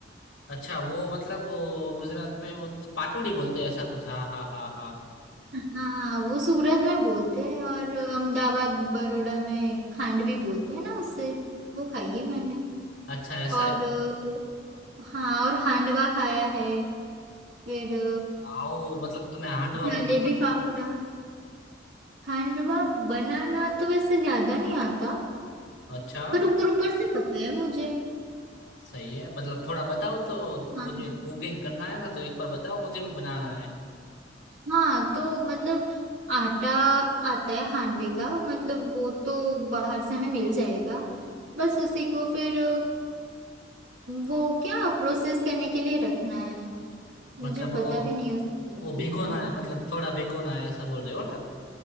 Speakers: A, on the left; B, on the right.
A: अच्छा वो मतलब वो गुजरात में वो पाटोड़ी बोलते हैं ऐसा कुछ हाँ हाँ हाँ हाँ
B: हाँ वो सूरत में बोलते हैं और अहमदाबाद बड़ौदा में खांडवी बोलते हैं ना उससे वो खाई है मैंने
A: अच्छा ऐसा
B: और
A: है
B: अ, हाँ और हांडवा खाया है फिर अ,
A: आओ मतलब तुम्हें हांडवा
B: जलेबी
A: बना
B: फाफड़ा हांडवा बनाना तो वैसे ज्यादा नहीं आता
A: अच्छा
B: पर ऊपर ऊपर से पता है मुझे
A: सही है मतलब थोड़ा बताओ तो
B: हाँ
A: मुझे कुकिंग करना है ना तो एक बार बताओ मुझे भी बनाना है
B: हाँ तो मतलब आटा आता है हांडवे का मतलब वो तो बाहर से हमें मिल जाएगा बस उसी को फिर वो क्या प्रोसेस करने के लिए रखना है मुझे
A: मतलब वो
B: पता भी नहीं उसका
A: वो भिगोना
B: तो
A: है मतलब थोड़ा भिगोना है ऐसा बोल रहे हो ना